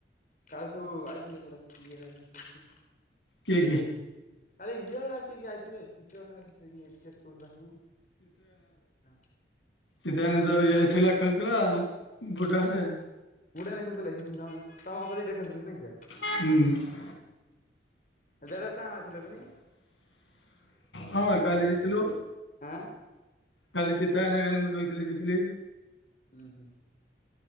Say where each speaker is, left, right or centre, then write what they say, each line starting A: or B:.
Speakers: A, on the left; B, on the left.
A: କାଲ ସବୁ ଆାଇଥିଲେ ପରା ସିଏ ହେରା <inaudible>
B: କିଏ କିଏ?
A: ଆରେ ଇଏ ଆ, କିଏ କିଏ ଆଇଥିଲେ ଚିତ୍ର <unintelligible> କିସ ଇଏ ସେ ସ୍କୁଲ୍ ପାଖୁକୁ। ହଁ।
B: ଚିତ ହେଙ୍କା ତ ଇଏ ଥିଲା ଖେଳୁଥିଲା ବୁଡା ରେ।
A: ବୁଡାନା ଖେଳିଥିଲେ ହେଇଥାନ୍ତା ମାନେ। ତୋମ ଅପଜିଟ୍ ରେ ଖେଳିଥିଲେ ନାଇଁ <inaudible>
B: ଉଁ।
A: ଜେରକ୍ସ ଟା ମାରିଥିଲେ ପେଣି
B: ହଁ କାଲି ଜିତିଲୁ।
A: ଆଁ
B: କାଲି ଚିତନନା କାଲି ମୁଁ ଶୋଇଥିଲି ଜିତିଲି।
A: ଉଁ, ହୁଁ।